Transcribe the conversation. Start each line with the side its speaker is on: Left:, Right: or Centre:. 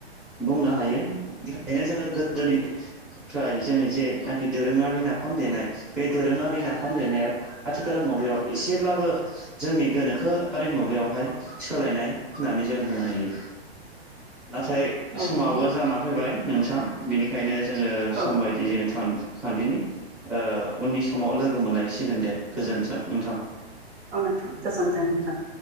Centre: बुंनो हायो बेनि थाखायनो जोङो गोदोनि फ्राय जोङो जेनाखि दोरोङारि नाफाम देनाय बे दोरोङारि नाफाम देनाया आथिखाल मुगायाव एसेब्लाबो जोंनि गोनोखो आरि मुगायावहाय सोलायनाय होननानै जों बुंनो हायो नाथाय
Right: औ
Centre: समाबो
Right: नोंथां
Centre: जानानै फैबाय नोंथां। बिनिखायनो जोङो सम
Right: औ
Centre: बायदि जोङो थां थांदिनि ओ उननि समाव लोगो मोनलायसिगोन दे गोजोन्थों नोंथां।
Right: अह नोंथां गोजोनथों नोंथां।